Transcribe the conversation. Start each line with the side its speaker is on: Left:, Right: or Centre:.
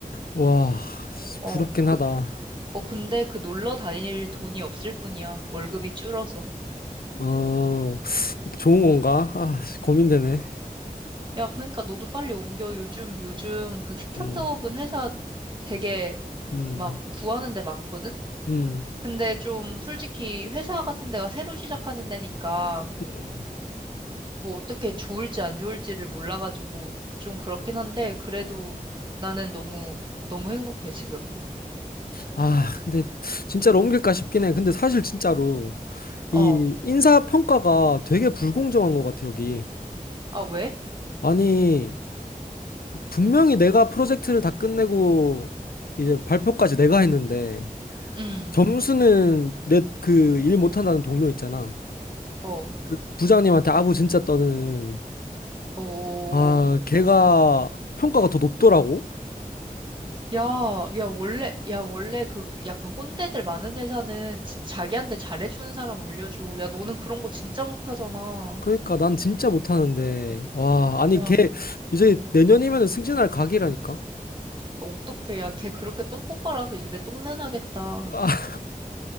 Left: 와,
Right: 어,
Left: 부럽긴
Right: 그,
Left: 하다.
Right: 어, 근데 그 놀러 다닐 돈이 없을 뿐이야. 월급이 줄어서.
Left: 어, 좋은 건가? 아, 고민되네.
Right: 야, 그러니까 너도 빨리 옮겨. 요즘, 요즘 그 스타트업은
Left: 음,
Right: 회사 되게
Left: 음,
Right: 막 구하는 데 많거든?
Left: 음,
Right: 근데 좀 솔직히 회사 같은 데가 새로 시작하는 데니까,
Left: 음.
Right: 뭐 어떻게 좋을지 안 좋을지를 몰라가지고 좀 그렇긴 한데 그래도 나는 너무 너무 행복해 지금.
Left: 아, 근데 진짜로 옮길까 싶긴 해. 근데 사실 진짜로 이
Right: 어.
Left: 인사평가가 되게 불공정한 것 같아, 여기.
Right: 아, 왜?
Left: 아니, 분명히 내가 프로젝트를 다 끝내고 이제 발표까지 내가 했는데
Right: 음.
Left: 점수는 내 그 일 못한다는 동료 있잖아.
Right: 어. 어.
Left: 그 부장님한테 아부 진짜 떠는
Right: 어.
Left: 아
Right: 어.
Left: 걔가 평가가 더 높더라고.
Right: 야, 야 원래 야 원래 그 약간 꼰대들 많은 회사는 진짜 자기한테 잘해주는 사람 올려줘. 야 너는 그런 거 진짜 못하잖아.
Left: 그러니까 난 진짜 못하는데 와 아니
Right: 야 야,
Left: 걔 이제 내년이면 승진할 각이라니까.
Right: 어떡해. 야 걔 그렇게 똥꼬 빨아서 입에 똥내 나겠다.
Left: 아,